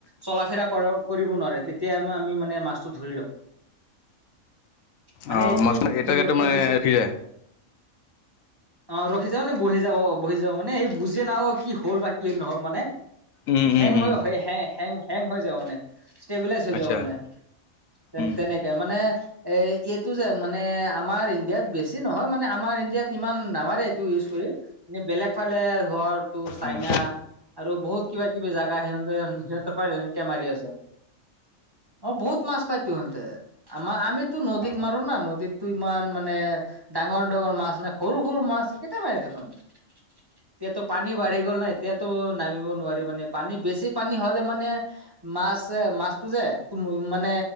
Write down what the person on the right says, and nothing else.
চলা ফিৰা কৰ কৰিব নোৱাৰে তেতিয়া আমি মানে মাছটো ধৰি লওঁ। মানে
এইটো
ইলেক্ট
ফিচি
অ ৰখি যাও মানে বহি যাও, অ বহি যাও। মানে এই বুজ যেন অ কি হ'ল বা কি নহ'ল মানে।
হেং
হৈ হেং হেং হেং হৈ যাব মানে। ষ্টেবিলাইজ হৈ
যাব মানে। তেনে
তেনেকে মানে এ এইটো যে মানে আমাৰ ইণ্ডিয়াত বেছি নহয় মানে আমাৰ ইণ্ডিয়াত ইমান নামাৰে এইটো ইউজ কৰি। মানে বেলেগ ফালে ধৰ তোৰ চাইনা
আৰু বহুত কিবা-কিবি জাগা সিহঁতে সিহঁতৰ ফালে এনেকে মাৰি আছে। অ বহুত মাছ পাইতো সিহঁতে। আমাৰ আমিতো নদীত
মাৰো না। নদীতটো ইমান মানে ডাঙৰ ডাঙৰ মাছ নাই। সৰু সৰু মাছ কেইটা পাই দেখোন। এতিয়াটো পানী বাঢ়ি গ'ল না। এতিয়াতো নামিব নোৱাৰি মানে পানী বেছি পানী হ'লে মানে মাছে মাছটো যে মানে